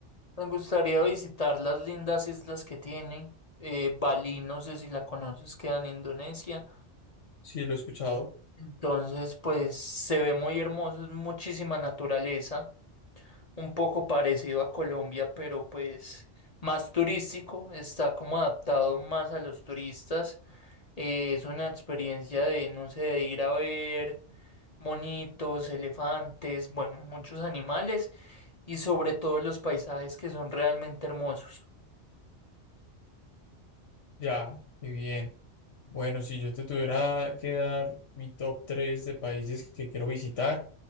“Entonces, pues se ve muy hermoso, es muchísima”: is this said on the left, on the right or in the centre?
Left